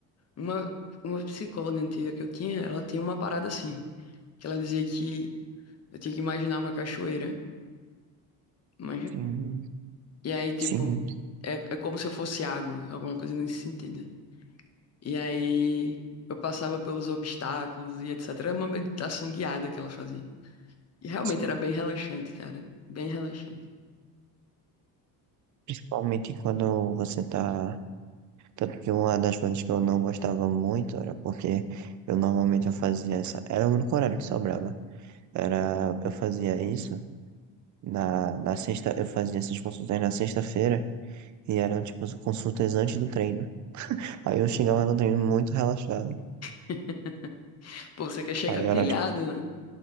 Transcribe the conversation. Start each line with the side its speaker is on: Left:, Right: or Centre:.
Left: Uma, uma psicóloga antiga que eu tinha, ela tinha uma parada assim, que ela dizia que eu tinha que imaginar uma cachoeira, manja?
Right: Sim,
Left: E aí, tipo,
Right: sim,
Left: é, é como se eu fosse água, alguma coisa nesse sentido. E aí eu passava pelos obstáculos e etc. Era uma meditação guiada que ela fazia. E realmente
Right: sim.
Left: era bem relaxante, cara. Bem relaxante.
Right: Principalmente quando você tá. Tanto que uma das coisas que eu não gostava muito era porque eu normalmente eu fazia essa. Era o único horário que sobrava. Era, eu fazia isso. Na, na sexta, eu fazia essas consultas na sexta-feira e eram tipo as consultas antes do treino. Aí eu chegava no treino muito relaxado.
Left: <laughs> Pô, você quer chegar
Right: Aí era
Left: pilhado,
Right: tipo,
Left: né?